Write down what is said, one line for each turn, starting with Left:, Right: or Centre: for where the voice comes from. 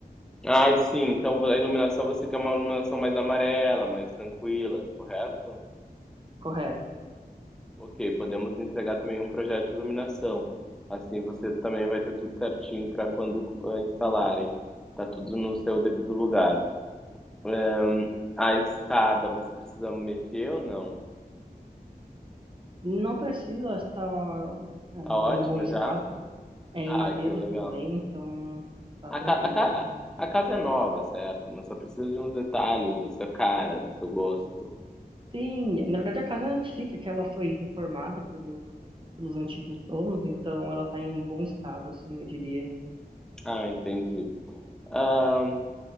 Centre: Ah, sim. Então a iluminação você quer uma iluminação mais amarela, mais tranquila, correto?
Right: Correto.
Centre: Ok, podemos entregar também um projeto de iluminação. Assim você também vai ter tudo certinho para quando ah, instalarem. Tá tudo no seu devido lugar. Ahn, a escada, você precisa mexer ou não?
Right: Não precisa estar é,
Centre: Tá ótima
Right: num bom estado.
Centre: já?
Right: É em
Centre: Ah,
Right: madeira
Centre: que legal.
Right: também, então tá
Centre: A,
Right: tranquilo
Centre: ca- a ca-
Right: para mim.
Centre: a casa é nova, certo? Mas só precisa de uns detalhes da sua cara, do seu gosto.
Right: Sim, na verdade a casa é antiga, que ela foi reformada pelos, pelos antigos donos, então ela tá em um bom estado, assim, eu diria.
Centre: Ah, entendi. Ahn,